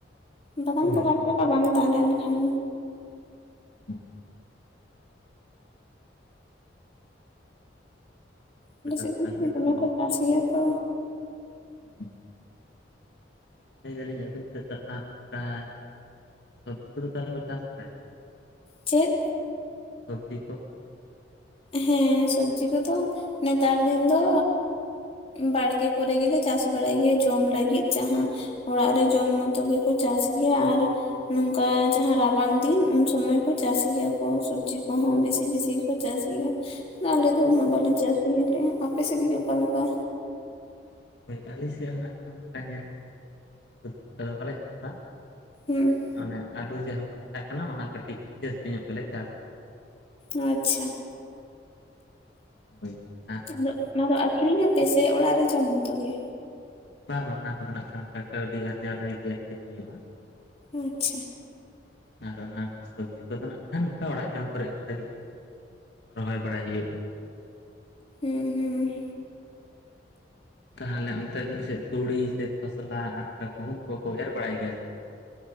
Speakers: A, on the left (about 35°); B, on the left (about 65°).
A: ᱵᱟᱫᱟᱱ
B: ᱦᱳᱭ
A: ᱠᱚ ᱵᱟᱨᱯᱮᱠᱟ ᱵᱟᱝ ᱫᱟ ᱞᱮᱱᱠᱷᱟᱱ
B: ᱦᱳᱭ᱾ ᱵᱟᱠᱚ
A: ᱟᱞᱮ
B: ᱪᱟᱥ
A: ᱥᱮᱫ
B: ᱵᱟᱲᱟᱭ
A: ᱫᱚ
B: ᱜᱮᱭᱟ
A: ᱫᱚᱢᱮ
B: ᱛᱚ ᱵᱟᱫᱟᱢ
A: ᱠᱚ ᱪᱟᱥ ᱜᱮᱭᱟ ᱛᱚ
B: <inaudible> ᱞᱟᱹᱭ ᱫᱟᱞᱤᱧ ᱟᱹᱵᱤᱱ ᱥᱮᱫ ᱫᱟᱜ ᱟᱜᱟᱭ ᱥᱚᱵᱽᱡᱤ ᱠᱚᱫᱚ ᱛᱟᱦᱚᱞᱮ ᱠᱚ ᱪᱟᱥ ᱵᱟᱲᱟᱭᱟ ᱼ ᱟ ᱥᱮ ᱵᱟᱝ
A: ᱪᱮᱫ
B: ᱥᱚᱵᱽᱡᱤ ᱠᱚ,
A: ᱦᱮᱸ, ᱥᱚᱵᱽᱡᱤ ᱠᱚᱫᱚ, ᱱᱮᱛᱟᱨ ᱫᱤᱱ ᱫᱚ ᱵᱟᱲᱜᱮ ᱠᱚᱨᱮ ᱜᱮᱞᱮ, ᱪᱟᱥ ᱵᱟᱲᱟᱭ ᱜᱮᱭᱟ, ᱡᱚᱢ ᱞᱟᱹᱜᱤᱫ ᱡᱟᱦᱟᱸ᱾ ᱚᱲᱟᱜ ᱨᱮ ᱡᱚᱢ ᱢᱚᱛᱚ ᱜᱮᱠᱚ, ᱪᱟᱥ ᱜᱮᱭᱟ ᱾ ᱟᱨ ᱱᱚᱝᱠᱟ ᱡᱟᱦᱟᱸ ᱨᱟᱵᱟᱝ ᱫᱤᱱ, ᱩᱱ ᱥᱚᱢᱚᱭ ᱠᱚ ᱪᱟᱥ ᱜᱮᱭᱟ ᱠᱚ, ᱥᱚᱵᱽᱡᱤ ᱠᱚᱦᱚᱸ, ᱵᱤᱥᱤ ᱵᱤᱥᱤ ᱜᱮᱠᱚ ᱪᱟᱥ ᱜᱮᱭᱟ, ᱟᱞᱮ ᱫᱚ ᱩᱱᱟᱹᱜ ᱵᱟᱞᱮ ᱪᱟᱥ ᱜᱟᱞᱮ, ᱟᱯᱮ ᱥᱮᱫ ᱜᱮ ᱚᱠᱟ ᱞᱮᱠᱟ?
B: ᱦᱳᱭ, ᱟᱞᱮ ᱥᱮᱫ ᱦᱚᱸ ᱱᱷᱟᱜ ᱠᱷᱟᱱ, ᱚᱱᱠᱟ ᱧᱮᱞ ᱞᱮᱠᱷᱟᱱ ᱫᱚ, ᱥᱚᱵᱽᱡᱤ ᱠᱚᱫᱚ, ᱚᱱᱠᱟ ᱫᱚ ᱵᱟᱞᱮ ᱪᱟᱥᱟ ᱾
A: ᱦᱩᱸᱻ ᱾
B: ᱚᱱᱮ ᱟᱹᱞᱩ ᱡᱟᱦᱟᱸ ᱵᱚᱱ ᱢᱮᱛᱟᱜ ᱠᱟᱱᱟ, ᱚᱱᱟ ᱠᱟᱹᱴᱤᱡ ᱡᱟᱹᱥᱛᱤ ᱧᱚᱜ ᱜᱮᱞᱮ ᱪᱟᱥᱟ ᱾
A: ᱟᱪᱪᱷᱟ ᱾
B: ᱦᱚᱭ, ᱦᱚᱭ ᱾
A: <unintelligible> ᱚᱱᱟ ᱫᱚ ᱟᱠᱷᱨᱤᱧᱟ ᱯᱮ ᱥᱮ? ᱚᱲᱟᱜ ᱨᱮ ᱡᱚᱢ ᱢᱚᱛᱚ ᱜᱮ᱾
B: ᱵᱟᱝ ᱵᱟᱝ, ᱚᱱᱟ ᱠᱚᱫᱚ ᱱᱷᱟᱜ ᱠᱷᱟᱱ, ᱠᱟᱹᱣᱰᱤ ᱟᱨᱡᱟᱣ ᱞᱟᱹᱜᱤᱫ ᱜᱮ ᱟᱹᱠᱷᱨᱤᱧ ᱦᱩᱭᱩᱜᱼᱟ ᱾
A: ᱟᱪᱪᱷᱟ ᱾
B: ᱟᱨ ᱚᱱᱟ, ᱥᱚᱵᱽᱡᱤ ᱠᱚᱫᱚ ᱱᱷᱟᱜ ᱠᱷᱟᱱ, ᱚᱱᱠᱟ ᱚᱲᱟᱜ ᱡᱚᱢ ᱠᱚᱨᱮᱜ ᱞᱟᱹᱜᱤᱫ ᱞᱮᱜᱮ ᱾ ᱨᱚᱦᱚᱭ ᱵᱟᱲᱟᱭ ᱦᱩᱭᱩᱜᱼᱟ ᱾
A: ᱦᱩᱸ, ᱦᱩᱸ ᱾
B: ᱛᱟᱦᱚᱞᱮ, ᱚᱱᱛᱮ ᱟᱵᱤᱱ ᱥᱮᱫ, ᱛᱩᱲᱤ ᱥᱮ ᱠᱷᱚᱥᱞᱟ ᱟᱨ ᱚᱱᱠᱟ ᱜᱩᱦᱩᱢ ᱠᱚᱦᱚᱸ ᱠᱚ, ᱮᱨ ᱵᱟᱲᱟᱭ ᱜᱮᱭᱟ ᱥᱮ? ᱵᱟᱝ